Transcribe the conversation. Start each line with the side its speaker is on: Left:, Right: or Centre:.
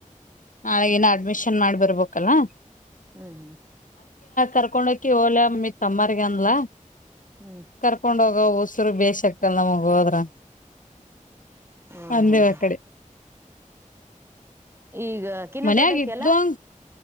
Left: ಹಾ ಇನ್ನು ಅಡ್ಮಿಷನ್
Right: ಹ್ಮ್
Left: ಮಾಡಿರ್ಬಬೇಕು ಕಲ್ಲಾ
Right: ಹ್ಮ್ ಹ್ಮ್
Left: ಕರ್ಕೊಂಡೋಗಿ ಹೋಗಲಾಮ ಮ ತಮ್ಮರಿಗನ್ಲ.
Right: ಹ್ಮ್
Left: ಕರ್ಕೊಂಡ ಹೋಗ ಉಸರು ಬೇಸ್. ಚಕ್ಕ ನಮಗ್ ಹೋದ್ರ.
Right: ಹ್ಮ
Left: ಅಂದೇವ
Right: ಹಾ ಹಾ
Left: ಆ
Right: <inaudible>
Left: ಕಡೆ
Right: ಈಗ ಕಿನ
Left: ಮನ್ಯಾಗ
Right: ದೊಡ್ಡಕ್ಕೆ
Left: ಇದ್ದಂಗ
Right: ಅಲ್ಲ.